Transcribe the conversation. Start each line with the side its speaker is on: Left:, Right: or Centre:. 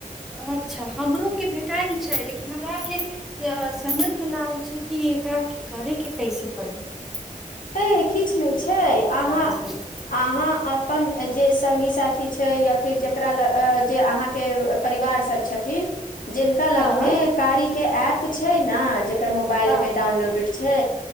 Centre: अच्छा हमरो केँ भेटाइल छै लेकिन हमरा आर केँ <unintelligible> समझ में न आइल छै कि एकरा की करे केँ कैसे पड़त
Left: ऐ किछ नै छै अहाँ
Centre: के
Left: <inaudible>
Centre: हमे
Left: अहाँ अप अपन जे संगी साथी छै या फिर जेकरा लऽ जे अहाँ केँ परिवार सब छथिन जिनका लग
Centre: हँ
Left: में कारी केँ ऐप छै न जेकर मोबाइल
Centre: हँ
Left: में डाउनलोडे छै